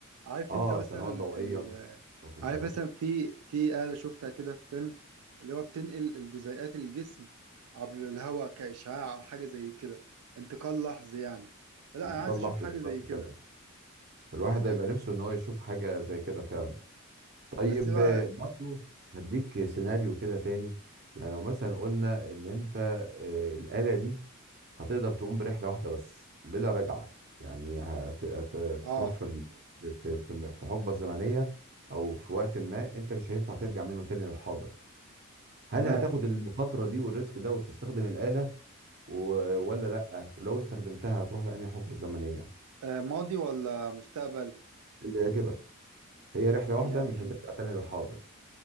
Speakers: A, on the right; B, on the right.
A: عارف
B: اه
A: انت مثلا
B: سنوات ضوئية
A: ال...
B: واخد
A: عارف
B: بالك
A: مثلا في في آلة شفتها كده في فيلم اللي هو بتنقل الجزيئات الجسم عبر الهواء كإشعاع أو حاجة زي كده انتقال لحظي يعني فلا
B: انتقال
A: أنا عايز أشوف
B: لحظي
A: حاجة
B: بالظبط
A: زي كده
B: كده الواحد
A: عايز
B: هيبقى نفسه ان هو يشوف حاجه زي كده فعلا طيب
A: بس بقى
B: آه، برضو هديك سيناريو كده تاني يعني لو مثلا قلنا ان انت آه، الاله دي هتقدر تقوم برحله واحده بس بلا رجعه يعني هت- هت- هتروح
A: اه
B: في ال- في في في حقبه زمنيه او في وقت ما انت مش هينفع ترجع منه تاني للحاضر هل
A: تمام
B: هتاخد المخاطره دي والريسك ده وتستخدم الاله و- ولا لا ولو استخدمتها هتروح لانهي حقبه زمنيه
A: آه ماضي ولا مستقبل
B: اللي يعجبك هي رحله
A: اللي
B: واحده
A: يعجب
B: مش هترجع تاني للحاضر